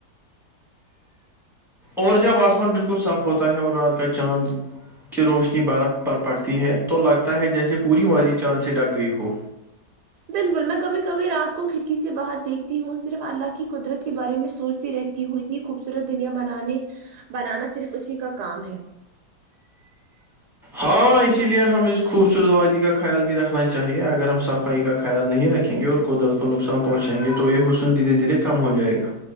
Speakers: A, in the centre; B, on the right (about 75°).
A: اور جب آسمان بالکل صاف ہوتا ہے اور رات کا چاند کی روشنی برف پر پڑتی ہے تو لگتا ہے جیسے پوری وادی چاند سے ڈک گئی ہو
B: بالکل میں کبھی کبھی رات کو کھڑکی سے باہر دیکھتی ہوں صرف اللہ کی قدرت کے بارے میں سوچتی رہتی ہوں اتنی خوبصورت دنیا بنانے بنانا صرف اسی کا کام ہے
A: ہاں اسی لیے ہمیں اس خوبصورت وادی کا خیال بھی رکھنا چاہیے اگر ہم صفائی کا خیال نہیں رکھیں گے اور کو درد کو نقصان پہنچائ گے تو یے حسن دھیرے دھیرے کم ہو جائے گا